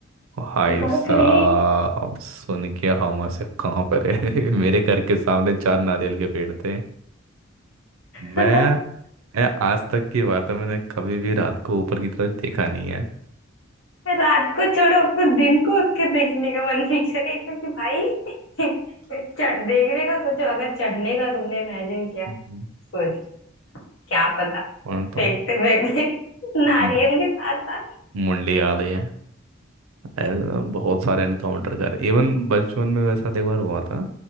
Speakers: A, on the right; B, on the left.
A: हाय
B: बाप
A: साहब
B: रे
A: सुन के हम ऐसे कहाँ पर है <laughs> मेरे घर के सामने चार नारियल के पेड़ थे
B: <laughs>
A: मैं मैं आज तक की बात है मैंने कभी भी रात को ऊपर की तरफ देखा नहीं है
B: रात को छोड़ो अब तो दिन को उसके देखने का मन नहीं करेगा कि भाई चढ़ देखने का सोचो अगर चढ़ने का तुमने इमेजिन किया
A: हम्म।
B: सोच क्या पता
A: और तो
B: फेंकते फेंकते <laughs> नारियल
A: मु-
B: के साथ साथ
A: मुंडी आ रही है ऐसा बहुत सारे एनकाउंटर कर इवन बचपन में वैसा एक बार हुआ था